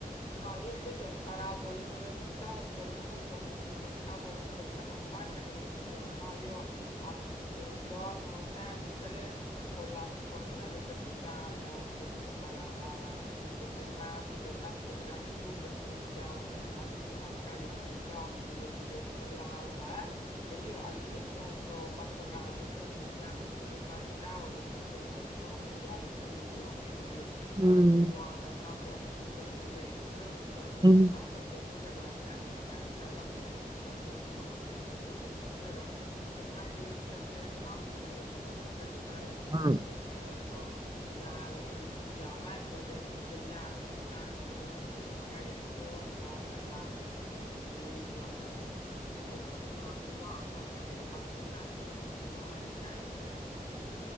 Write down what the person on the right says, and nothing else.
Mh.
Mh.
Mh.